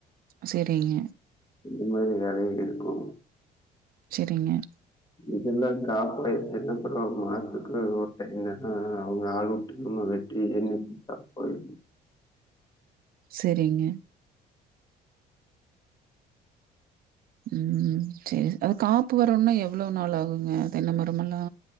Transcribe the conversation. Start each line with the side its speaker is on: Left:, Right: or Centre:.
Right: செரிங்க
Left: இந்த மாரி வேலைக இருக்கு
Right: செரிங்க
Left: இதெல்லா காப்பாயிடுச்சுன அப்றோ மாசத்துக்கு ஒரு டைம் என்னென்னா அவங்க ஆள் உட்டு சும்மா வெ வெட்டி எண்ணி குடுத்தா போது
Right: செரிங்க ம் சேரி அது காப்பு வரோன்னா எவ்ளோ நாள் ஆகுங்க தென்ன மரமெல்லா